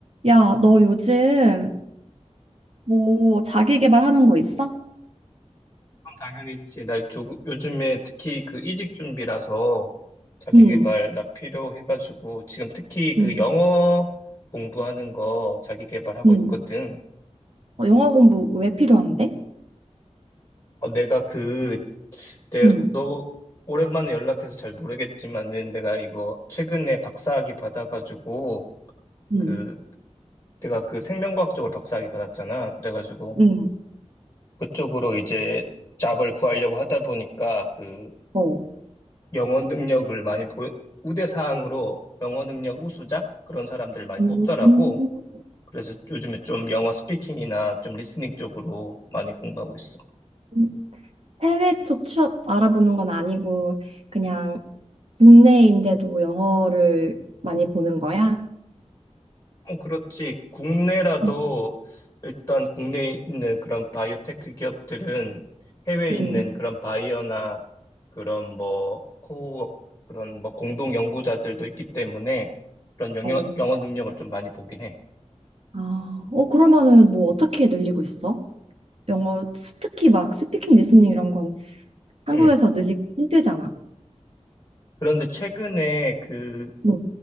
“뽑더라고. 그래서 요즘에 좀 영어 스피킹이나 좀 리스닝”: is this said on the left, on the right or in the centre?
Left